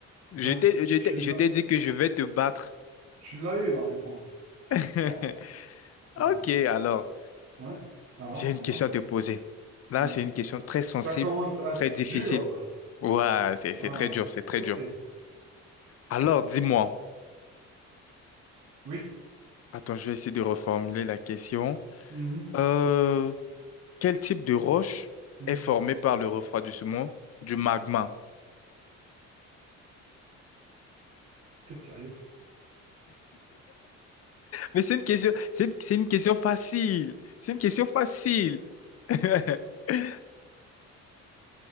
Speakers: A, on the left; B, on the right.
A: Je
B: Donc,
A: t'ai, je
B: tu
A: t'ai-
B: l'as,
A: je t'ai dit que je vais te battre.
B: tu l'as eu, la réponse.
A: <laughs>
B: C'est bien,
A: Ok,
B: c'est bien.
A: alors,
B: Oui. Alors,
A: j'ai
B: dis-moi.
A: une question à te poser. Là,
B: Oui.
A: c'est une question très sensible,
B: Ça commence à être
A: très difficile.
B: dur, là.
A: Ouais, c'est, c'est
B: Ah,
A: très dur, c'est très
B: ok.
A: dur. Alors, dis-moi.
B: Oui.
A: Attends, je vais essayer de reformuler la question.
B: Mhm,
A: Euh, quel type de roche
B: mhm.
A: est formée par le refroidissement du magma?
B: T'es sérieux?
A: Mais c'est une question, c'est une, c'est une question facile. C'est une question facile. <laughs>